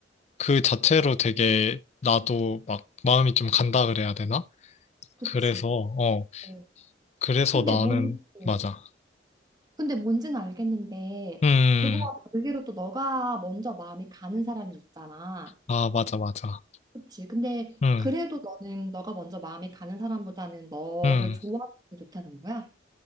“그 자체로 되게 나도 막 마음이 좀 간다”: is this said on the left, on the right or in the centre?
Left